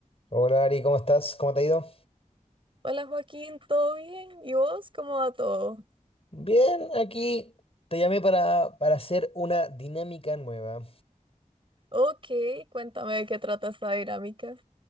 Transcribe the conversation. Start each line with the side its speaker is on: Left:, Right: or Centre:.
Left: Hola Ari, ¿cómo estás? ¿Cómo te ha ido?
Right: Hola Joaquín, ¿todo bien? ¿Y vos cómo va todo?
Left: Bien, aquí te llamé para, para hacer una dinámica nueva.
Right: Ok, cuéntame de qué trata esta dinámica.